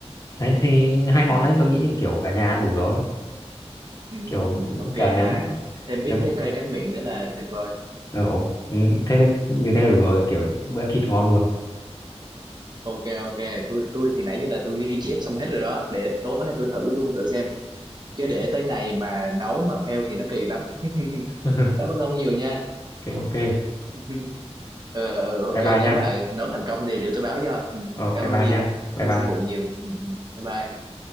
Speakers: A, on the left; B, on the right.
A: đấy thì hai món
B: ừ
A: đấy tôi nghĩ kiểu cả nhà ăn đủ rồi
B: Ừ.
A: kiểu
B: ok
A: cả
B: ha
A: nếu
B: thêm ít
A: nếu
B: trái cây tráng miệng nữa là tuyệt vời
A: ừ, ừ, thế như thế là đủ rồi kiểu bữa thịt ngon luôn
B: ok ok tôi tôi thì nãy giờ là tôi ghi chép xong hết rồi đó để tối nay tôi thử luôn thử xem chứ để tới ngày mà nấu mà fail thì nó kỳ lắm <laughs>
A: <laughs>
B: cảm ơn ông nhiều nha
A: ok ok
B: <laughs> ờ ừ, ok
A: bye bye
B: nếu
A: nha
B: mà nấu thành công thì đều tôi báo cho ừ.
A: ờ,
B: cảm
A: bye
B: ơn
A: bye
B: nhiều
A: nha
B: cảm
A: bye bye
B: ơn sư phụ nhiều ừ. ừ. bye bye